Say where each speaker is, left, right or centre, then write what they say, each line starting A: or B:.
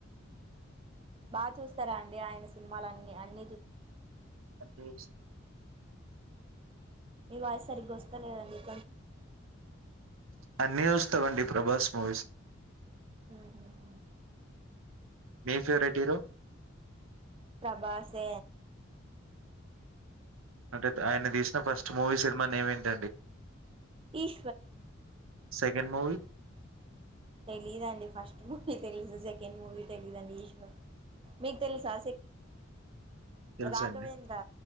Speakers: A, on the right; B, on the right.
A: బా చూస్తారా అండి ఆయన సినిమలన్ని అన్ని చూసారా
B: అని చూసాం
A: మీ వాయిస్ సరిగ్గా వస్తాలేదండి కొంచెం ఫోన్ దగ్గర పెట్
B: అన్ని చూస్తాం అండి ప్రభాస్ మూవీసు
A: హ్మ్ హు హ్మ్
B: మీ ఫేవరెట్ హీరో
A: ప్రభాసే అండి
B: అంటే ఆయన తీసిన ఫస్ట్ మూవీ సినిమా నేమ్ ఏంటండీ
A: ఈశ్వర్
B: సెకండ్ మూవీ
A: తెలీదండి ఫస్ట్ మూవీ తెలుసు సెకండ్ మూవీ తెలీదండి ఈశ్వర్ మీకు తెలుసా సెకండ్ మూవీ
B: తెల్సఅండీ
A: రాఘవేంద్ర